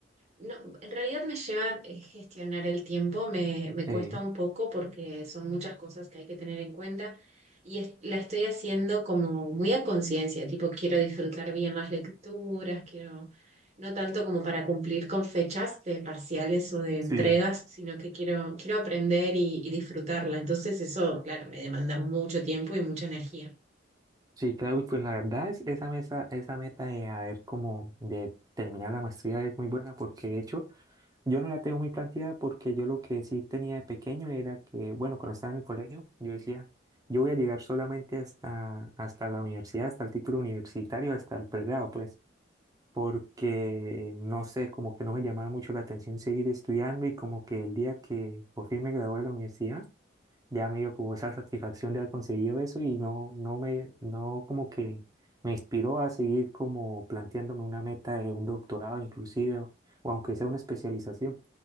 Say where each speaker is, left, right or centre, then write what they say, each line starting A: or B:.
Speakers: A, on the right; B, on the right.
A: no, en realidad me lleva eh, gestionar el tiempo, me, me
B: Sí,
A: cuesta un poco porque son muchas cosas que hay que tener en cuenta y es- la estoy haciendo como muy a conciencia, tipo quiero disfrutar bien las lecturas, quiero, no tanto como para cumplir con fechas de parciales o de
B: sí,
A: entregas, sino que quiero, quiero aprender y, y disfrutarla. Entonces eso, claro, me demanda mucho tiempo y mucha energía.
B: sí, Claudio, pues la verdad es esa mesa, esa meta de haber como de terminar la maestría es muy buena porque de hecho Yo no la tengo muy planteada porque yo lo que sí tenía de pequeño era que, bueno, cuando estaba en el colegio, yo decía, yo voy a llegar solamente hasta, hasta la universidad, hasta el título universitario, hasta el pregrado, pues, porque no sé, como que no me llamaba mucho la atención seguir estudiando y como que el día que por fin me gradué de la universidad, ya me dio como esa satisfacción de haber conseguido eso y no, no me, no como que me inspiró a seguir como planteándome una meta de un doctorado inclusive, o o aunque sea una especialización,